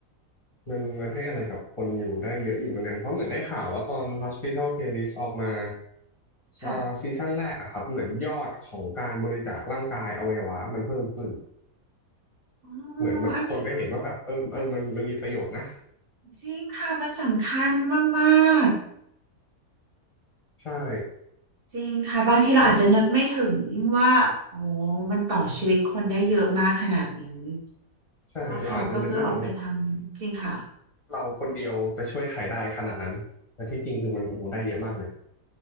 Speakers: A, on the left; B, on the right.
A: มันมันให้อะไรกับคนอยู่ได้เยอะอยู่เหมือนกันเพราะเหมือนได้ข่าวว่าตอน Hospital Playlist ออกมา
B: ค่ะ
A: อ่าซีซั่นแรกอะครับเหมือนยอดของการบริจาคร่างกายอวัยวะมันเพิ่มขึ้น
B: อ๋อ
A: เหมือนแบบคนก็เห็นว่าแบบเออเออมันมันมีประโยชน์นะ
B: อันนี้ก็จริงค่ะ มันสำคัญมาก
A: ใช่
B: ๆ จริงค่ะบางทีเราอาจจะนึกไม่ถึงว่าโอ้
A: มัน
B: มันต่อชีวิตคนได้เยอะมากขนาดนี้
A: ใช่เราอาจจะนึกไม่ถึงว่า
B: ว่าเขาก็คือเอาไปทำจริงค่ะ
A: เราคนเดียวจะช่วยใครได้ขนาดนั้นแต่ที่จริงคือมันโอ้โหได้เยอะมากเลย